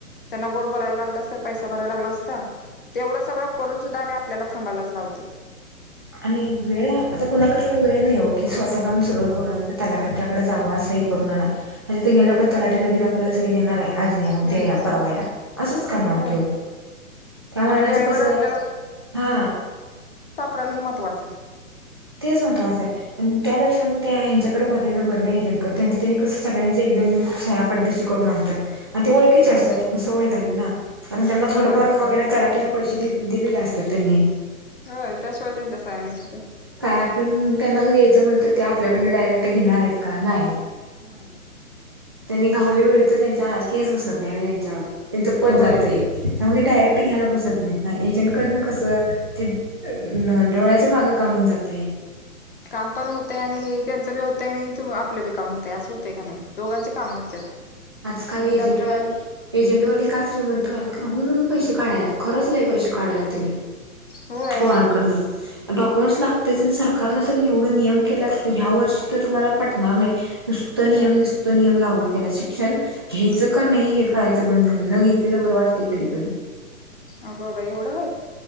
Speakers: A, on the left; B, on the right.
A: त्यांना गोड बोलायला लागलं असंल. पैसा भरायला लागला असता, तेवढं सगळं करून सुद्धा आणि आपल्याला थांबायलाच लावत्यात.
B: आणि वेळ आता कुणाकडं तेवढा वेळ नाही हो, की स्वतः जाऊन सगळं करून तलाकट्ट्या जावा सही करून आणा आणि तिथ गेल्यावर तलाटी लगेच आपल्याला सही देणार आहे? आज या, उद्या
A: हम्म
B: या, परवा या असंच करणार
A: होय
B: त्यो. त्या महिन्याचं
A: आणि वेळेवर
B: कसं
A: आपल्याला
B: हा
A: डल हे महत्वाचं.
B: तेच महत्त्वाचं आहे आणि त्यापेक्षा मग ते ह्यांच्याकडे भरल्यालं बरं ना. एजंटकडं त्यांच त्यांनी कस सगळ्यांच एकदम नेऊन सह्या पटदिशी करून आणत्यात. अन ती ओळखीची
A: हा
B: असतात. त्यांना सवय झाली ना, कारण त्यांना थोडंफार
A: होय
B: का होईना तलाठीला पैसे दि दिलेले असतात त्यांनी.
A: होय त्याशिवाय त्यांच्या सह्या निघत्यात्या.
B: आपण त्यांना जरी यायचं म्हटलं तरी ते आपल्याकडन डायरेक्ट घेणार आहेत का? नाही.
A: नाही.
B: त्यांनी घाऊली बीवली तर त्यांच्यावर केस बसत नाही वय त्यांच्यावर. त्यांचं पद
A: होय
B: जातंय. त्यामध्ये डायरेक्ट घ्यायला बसत नाही ना. एजंटकडनं कसं ते डोळ्याच्या मागं काम होऊन जातं. ते.
A: काम पण होतंय आणि त्यांचं बी होतंय आणि आपलं बी काम होतंय. असं होतंय का नाही. दोघांचबी कामं होत्यात.
B: आजकाल
A: म्हणून
B: एजंटवाली
A: ते आपलं
B: एजंटवाली का श्रीमंत व्हायल्यात? तर हुं म्हणून पैसे काढल्यात, खरंच लय पैसे काढल्यात त्यांनी
A: होय
B: पोरांकडनं. डॉक्युमेंट्स लागतंयच आणि सरकारनं तर एवढं नियम केल्यात, तर ह्या वर्षी तर तुम्हाला पटणार नाही. नुस्त नियम
A: हा
B: नुस्त नियम लागू केल्यात शिक् क्षण घ्यायचं का पण नाही हे कळायचं बंद झालंय. न घेतलेलं बरं वाटतंय कधी कधी.
A: अगं बाई एवढं हाय?